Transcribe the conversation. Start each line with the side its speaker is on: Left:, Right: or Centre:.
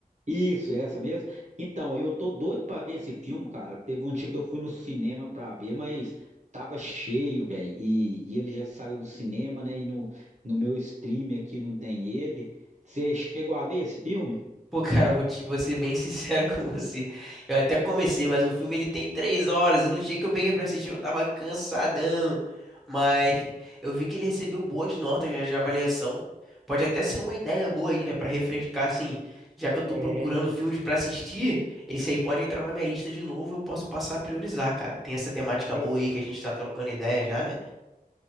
Right: isso, essa mesmo. Então, eu tô doido pra ver esse filme, cara. Teve um dia que eu fui no cinema pra ver, mas tava cheio, velho. E, e ele já saiu do cinema, né? E no, no meu stream aqui não tem ele. Você chegou a ver esse filme?
Centre: Pô, cara, vou, te, vou ser bem sincero <laughs> com você. Eu até comecei, mas o filme ele tem três horas. E no dia que eu peguei pra assistir, eu tava cansadão. Mas eu vi que ele recebeu boas notas já de avaliação. Pode até ser uma ideia boa aí, né? Pra refrescar, assim. Já que eu tô
Right: É,
Centre: procurando filmes pra assistir, esse aí pode entrar na minha lista de novo. Eu posso passar a priorizar, cara. Tem essa temática boa
Right: é.
Centre: aí que a gente tá trocando ideia já, né?